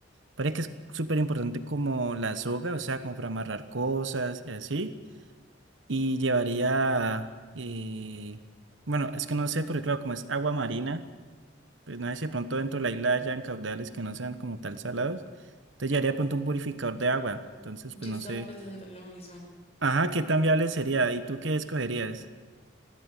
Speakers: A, on the right; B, on the left.
A: Parece que es súper importante como la soga, o sea, como para amarrar cosas y así. Y llevaría, eh, bueno, es que no sé, porque claro, como es agua marina, pues no sé si de pronto dentro de la isla hayan caudales que no sean como tal salados. Entonces llevaría de pronto un purificador de agua. Entonces,
B: Yo
A: pues no
B: estaba
A: sé.
B: pensando en lo mismo.
A: Ajá, ¿qué tan viable sería? ¿Y tú qué escogerías?